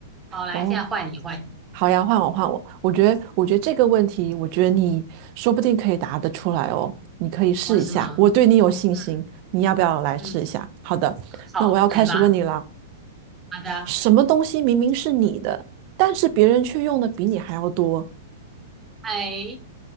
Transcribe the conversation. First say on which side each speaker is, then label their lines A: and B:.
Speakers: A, on the right; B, on the right.
A: 好，来，
B: 哦，
A: 现在换你，换你，
B: 好呀，换我换我。我觉得，我觉得这个问题，我觉得你说不定可以答得出来哦。你可以试一下，
A: 我是吗？
B: 我对你有信心。
A: 嗯，
B: 你要不要来试一下？
A: 嗯，
B: 好的，
A: 好，
B: 那我要开始问你了。
A: 来吧。好的，
B: 什么东西明明是你的，但是别人却用的比你还要多？
A: 哎，